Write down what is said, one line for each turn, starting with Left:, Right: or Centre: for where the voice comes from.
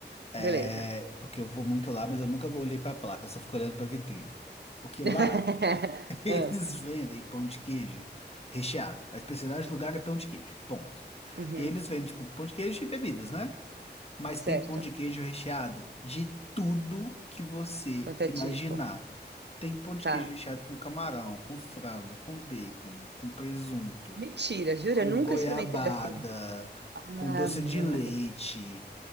Left: É,
Right: beleza.
Left: porque eu vou muito lá, mas eu nunca olhei pra placa, eu só fico olhando pra vitrine. Porque lá
Right: <laughs>
Left: <laughs> eles
Right: Ah,
Left: vendem pão de queijo recheado. A especialidade do lugar é pão de queijo, ponto.
Right: uhum,
Left: E eles vendem, tipo, pão de queijo e bebidas, né? Mas
Right: certo.
Left: tem pão de queijo recheado de tudo que você
Right: Quanto
Left: imaginar.
Right: é tipo?
Left: Tem pão de
Right: Tá.
Left: queijo recheado com camarão, com frango, com bacon, com presunto,
Right: Mentira, jura?
Left: com
Right: Nunca
Left: goiabada,
Right: experimentei assim. Ave
Left: com doce de leite.
Right: Maria.